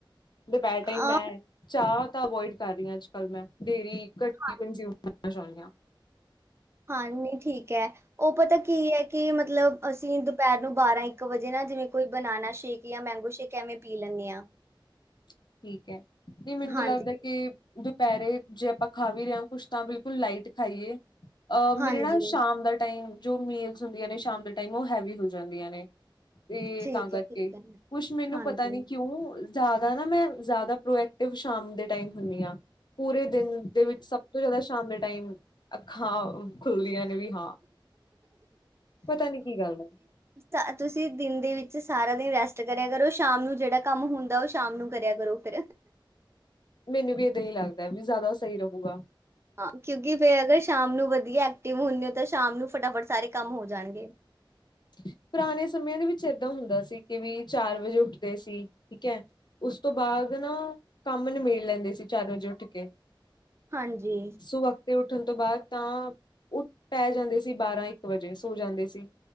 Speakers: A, on the left; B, on the right.
A: ਦੁਪਹਿਰ
B: ਆਹ
A: ਟਾਈਮ ਮੈਂ ਚਾਹ ਤਾਂ ਅਵੋਇਡ ਕਰ ਰਹੀ ਹਾਂ ਅੱਜ-ਕੱਲ੍ਹ ਮੈਂ ਡੇਲੀ। <unintelligible>
B: ਹਾਂਜੀ, ਹਾਂਜੀ, ਠੀਕ ਏ। ਉਹ ਪਤਾ ਕੀ ਏ ਕੀ ਮਤਲਬ ਅਸੀਂ ਨੂੰ ਬਾਰਾਂ ਇੱਕ ਵਜੇ ਨਾ ਜਿਵੇਂ ਕੋਈ ਬਨਾਨਾ ਸ਼ੇਕ ਜਾ ਮੈਂਗੋ ਸ਼ੇਕ ਐਵੇਂ ਪੀ ਲੈਣੀ ਆ।
A: ਠੀਕ ਐ ਨਹੀਂ ਮੈਨੂੰ
B: ਹਾਂਜੀ,
A: ਲੱਗਦਾ ਕਿ ਦੁਪਹਿਰੇ ਜੇ ਆਪਾਂ ਖਾ ਵੀ ਰਹੇ ਹਾਂ ਕੁੱਛ ਤਾਂ ਬਿਲਕੁਲ ਲਾਈਟ ਖਾਈਏ।
B: ਹਾਂਜੀ
A: ਮੇਰੇ ਨਾ ਸ਼ਾਮ ਦਾ ਟਾਈਮ ਜੋ ਮੀਲਸ ਹੁੰਦੀਆਂ ਨੇ ਸ਼ਾਮ ਦੇ ਟਾਈਮ ਉਹ ਹੈਵੀ ਹੋ ਜਾਂਦੀਆਂ ਨੇ। ਤੇ
B: ਠੀਕ
A: ਤਾਂ ਕਰਕੇ
B: ਹੈ, ਠੀਕ
A: ਕੁਛ
B: ਹੈ,
A: ਮੈਨੂੰ
B: ਹਾਂਜੀ।
A: ਪਤਾ ਨੀ ਕਿਉ, ਜ਼ਿਆਦਾ ਨਾ ਮੈਂ ਜ਼ਿਆਦਾ ਪ੍ਰੋਐਕਟਿਵ ਸ਼ਾਮ ਦੇ ਟਾਈਮ ਹੁਣੀ ਆ ਪੂਰੇ ਦਿਨ ਦੇ ਵਿੱਚ ਸਭ ਤੋਂ ਜ਼ਿਆਦਾ ਸ਼ਾਮ ਦੇ ਟਾਈਮ ਅੱਖਾਂ ਖੁੱਲਦੀਆਂ ਨੇ ਵੀ ਹਾਂ, ਪਤਾ ਨੀ ਕੀ ਗੱਲ ਹੈ
B: ਤਾਂ ਤੁਸੀਂ ਦਿਨ ਦੇ ਵਿੱਚ ਸਾਰਾ ਦਿਨ ਰੈਸਟ ਕਰਿਆ ਕਰੋ ਸ਼ਾਮ ਨੂੰ ਜਿਹੜਾ ਕੰਮ ਹੁੰਦਾ ਉਹ ਸ਼ਾਮ ਨੂੰ ਕਰਿਆ ਕਰੋ। <inaudible>
A: ਮੈਨੂੰ ਵੀ ਏਦਾਂ ਹੀ ਲੱਗਦਾ ਵੀ ਜ਼ਿਆਦਾ ਸਹੀ ਰਹੂਗਾ
B: ਹਾਂ ਕਿਉਂਕਿ ਫ਼ੇਰ ਅਗਰ ਸ਼ਾਮ ਨੂੰ ਵਧੀਆਂ ਐਕਟਿਵ ਹੁਣੇ ਤਾਂ ਸ਼ਾਮ ਨੂੰ ਫਟਾਫਟ ਸਾਰੇ ਕੰਮ ਹੋ ਜਾਣਗੇ।
A: ਪੁਰਾਣੇ ਸਮਿਆਂ ਦੇ ਵਿੱਚ ਏਦਾਂ ਹੁੰਦਾ ਸੀ ਕਿ ਵੀ ਚਾਰ ਵਜੇ ਉੱਠਦੇ ਸੀ ਠੀਕ ਹੈ ਉਸ ਤੋਂ ਬਾਅਦ ਨਾ ਕੰਮ ਨਿਬੇੜ ਲੈਂਦੇ ਸੀ ਚਾਰ ਵਜੇ ਉੱਠ ਕੇ
B: ਹਾਂਜੀ
A: ਸੋਵਖਤੇ ਉੱਠਣ ਤੋਂ ਬਾਅਦ ਤਾਂ, ਓ ਪੈ ਜਾਂਦੇ ਸੀ ਬਾਰਾਂ ਇੱਕ ਵਜੇ ਸੌਂ ਜਾਂਦੇ ਸੀ